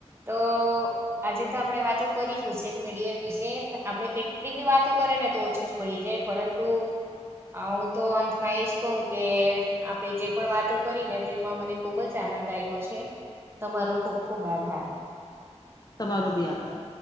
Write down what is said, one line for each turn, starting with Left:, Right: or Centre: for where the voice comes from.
Right: તો આજે તો આપણે વાતો કરી સોશિયલ મીડિયા વિશે આપણે કેટલી બી વાતો કરે ને તો ઓછી છે પડી જાય પરંતુ અ હું તો અંતમાં એજ કહું કે આપણે જે પણ વાતો કરી ને તેમાં મને ખુબ જ આનંદ આવ્યો છે તમારો ખુબ ખુબ આભાર
Left: તમારો બી આભાર